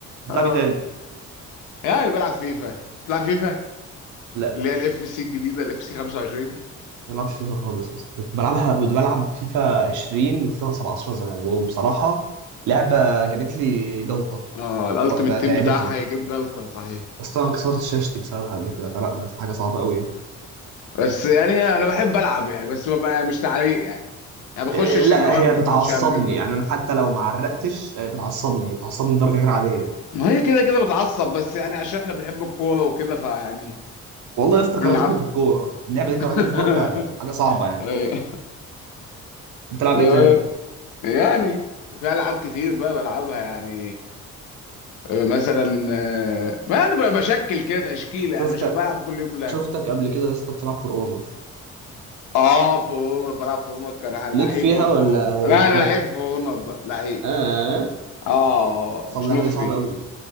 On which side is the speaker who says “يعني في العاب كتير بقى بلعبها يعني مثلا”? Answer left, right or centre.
Left